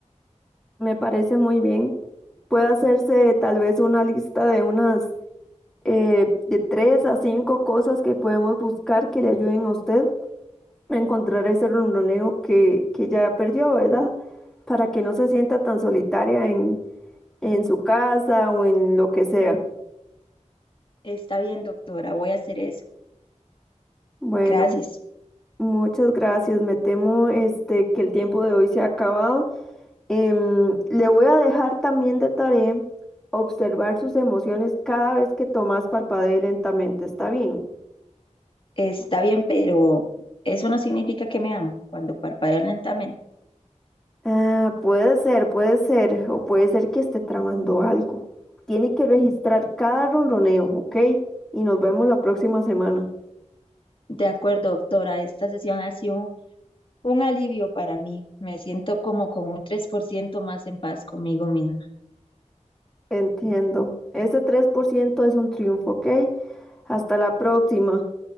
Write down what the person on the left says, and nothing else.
está bien, doctora, voy a hacer eso.
Gracias.
Está bien, pero eso no significa que me aman cuando parpadean lentamente.
De acuerdo, doctora, esta sesión ha sido Un alivio para mí. Me siento como con un 3% más en paz conmigo misma.